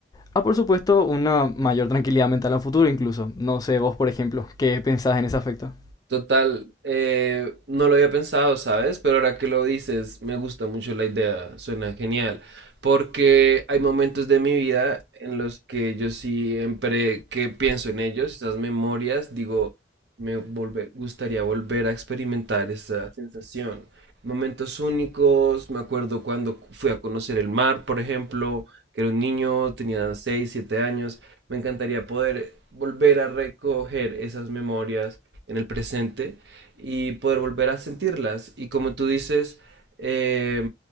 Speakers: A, on the left; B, on the right.
A: a, por supuesto, una mayor tranquilidad mental a futuro incluso. No sé, vos, por ejemplo, ¿qué pensás en ese aspecto?
B: Total, eh, no lo había pensado, ¿sabes? Pero ahora que lo dices, me gusta mucho la idea, suena genial, porque hay momentos de mi vida en los que yo siempre que pienso en ellos, esas memorias, digo, me volve- gustaría volver a experimentar esa sensación. Momentos únicos, me acuerdo cuando fui a conocer el mar, por ejemplo, que era un niño, tenía 6, 7 años, me encantaría poder volver a recoger esas memorias en el presente y poder volver a sentirlas. Y como tú dices, eh,